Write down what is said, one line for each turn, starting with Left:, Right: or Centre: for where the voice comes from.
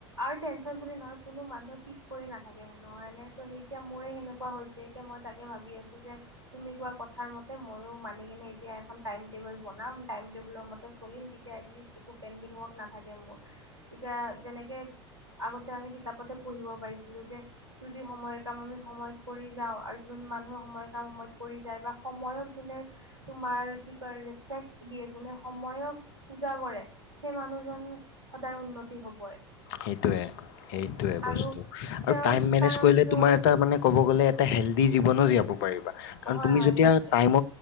Right: আৰু টেনচন বুলি নহয় কোনো মানুহে পিছ কৰি নাথাকেহয় এনে তো স এতিয়া মৰে সেনেকুৱা হৈছে এতিয়া মই তাকে ভাবি আছো যে তুমি কোৱা কথা মতে মইো মানি কেনে এতিয়া এখন টাইম টেবুল বনাম টাইম <unintelligible> নাথাকে মোৰ এতিয়া যেনেকে আগতে আমি কিতাপ পথে পঢ়িব পাইছিলো যে যদি সময়ৰ কাম আমি সময়ত কৰি যাওঁ আৰু যোন মানুহে সময়ৰ কাম সময়ত কৰি যায় বা সময়ক যোনে তোমাৰ কি কয় ৰেচপেক্ট দিয়ে জোনে সময়ক পূজা কৰে সেই মানুহজন সদায় উন্নতি হবই,
Left: সেইটোয়ে সেইটোয়ে
Right: আৰু
Left: বস্তু আৰু
Right: তেওঁৰ
Left: টাইম মেনেজ
Right: কাৰণ
Left: কৰিলে
Right: কিয়
Left: তোমাৰ এটা মানে এ হ জন পাৰা কাৰ
Right: হয়
Left: তুমি
Right: হয়
Left: যেতিয়া
Right: সেইটোৱে।
Left: ক